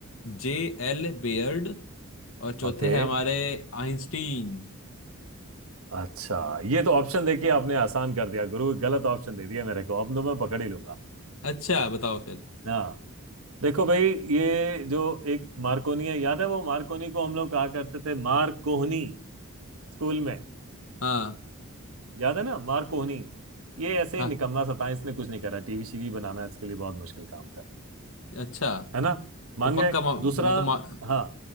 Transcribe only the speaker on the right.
ओके
अच्छा ये तो ऑप्शन देखिए आपने आसान कर दिया गुरु गलत ऑप्शन दे दिया मेरे को अब तो मैं पकड़ ही लूंगा
हाँ देखो भाई ये जो एक मार्कोनी है याद है वो मार्कोनी को हम लोग कहा करते थे मार कोहनी स्कूल में
याद है ना मार कोहनी ये ऐसे
ही निकम्मा सा था इसने कुछ नहीं करा टीवी शीवी बनाना इसके लिए बहुत मुश्किल काम था
है ना मान
गए
दूसरा
हाँ